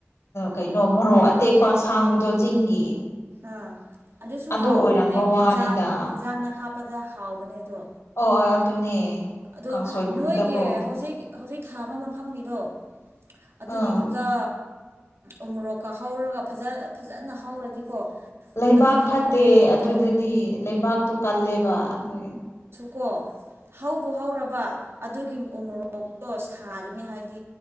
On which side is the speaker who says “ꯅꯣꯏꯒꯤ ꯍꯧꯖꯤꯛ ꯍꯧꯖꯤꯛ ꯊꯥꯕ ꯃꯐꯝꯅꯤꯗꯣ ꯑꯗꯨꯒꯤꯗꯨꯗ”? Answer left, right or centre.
Right